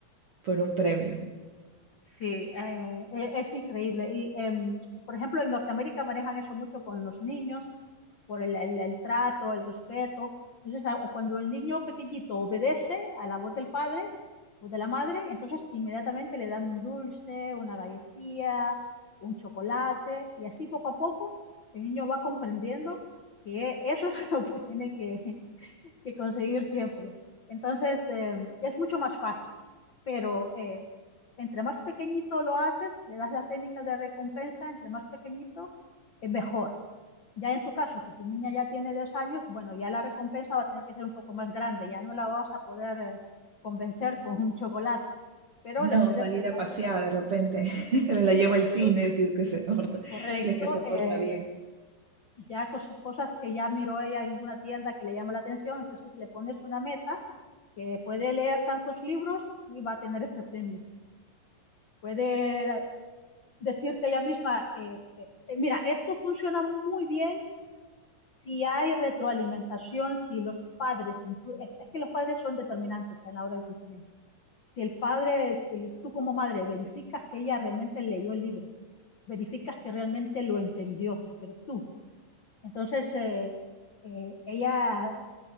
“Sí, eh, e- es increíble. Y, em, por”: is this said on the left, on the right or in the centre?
Left